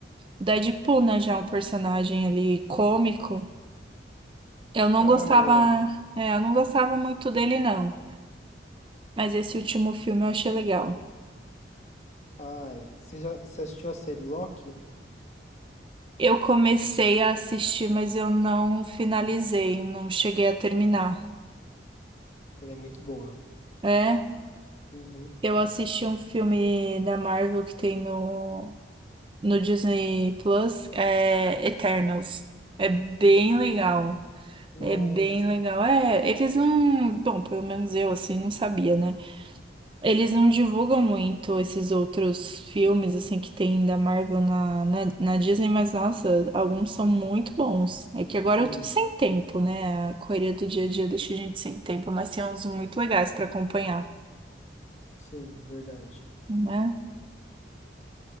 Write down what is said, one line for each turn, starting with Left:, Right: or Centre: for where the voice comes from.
Right: Deadpool, né, já é um personagem ali cômico. Eu não
Left: Ah,
Right: gostava,
Left: é.
Right: é, eu não gostava muito dele, não. Mas esse último filme eu achei legal.
Left: Ah, você já você assistiu a série Loki?
Right: Eu comecei a assistir, mas eu não finalizei, não cheguei a terminar.
Left: Ela é muito boa.
Right: É,
Left: Uhum.
Right: eu assisti um filme da Marvel que tem no, no Disney Plus, é Eternals. É bem legal.
Left: Nossa,
Right: É bem legal. É, eles não. Bom, pelo menos eu, assim, não sabia, né? Eles não divulgam muito esses outros filmes, assim, que tem da Marvel na, na, na Disney, mas, nossa, alguns são muito bons. É que agora
Left: sim,
Right: eu tô sem tempo, né? A correria do dia a dia deixa a gente sem tempo, mas tem uns muito legais pra acompanhar,
Left: sim, verdade.
Right: né?